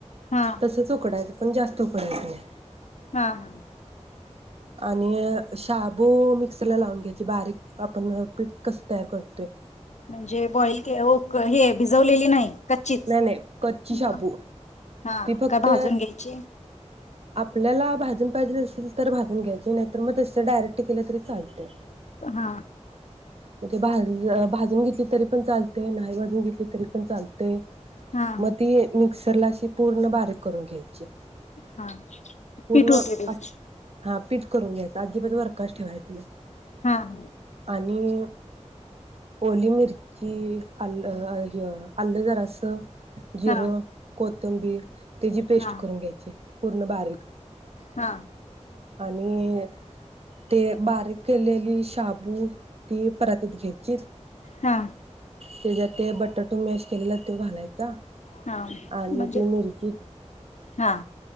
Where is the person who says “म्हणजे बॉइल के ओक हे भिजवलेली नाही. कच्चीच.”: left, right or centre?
Left